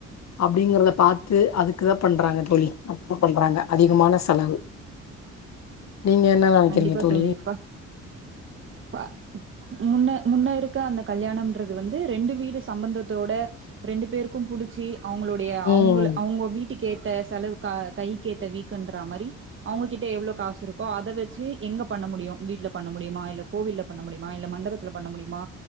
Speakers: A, on the left; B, on the right.
A: அப்டிங்கறத பாத்து அதுக்குதா பண்றாங்கதா தோழி அப்பு பண்றாங்க அதிகமான செலவு நீங்க என்ன நெனைக்கிறீங்க
B: கண்டிப்பா
A: தோழி
B: தோழிப்பா பா முன்ன முன்ன இருக்க அந்த கல்யாணம்ன்றது வந்து ரெண்டு வீடு சம்பந்தத்தோட ரெண்டு பேருக்கும் புடிச்சி அவங்களுடைய
A: ம்
B: அவங்க அவங்க வீட்டுக்கு ஏ ட செலவு கை கேத்த வீக்குன்ற மாரி அவங்ககிட்ட எவ்ளோ காசு இருக்கோ அத வச்சு எங்க பண்ண முடியு வீட்ல பண்ண முடியுமா இல்ல கோவில்ல பண்ண முடியுமா இல்ல மண்டபத்துல பண்ண முடியுமா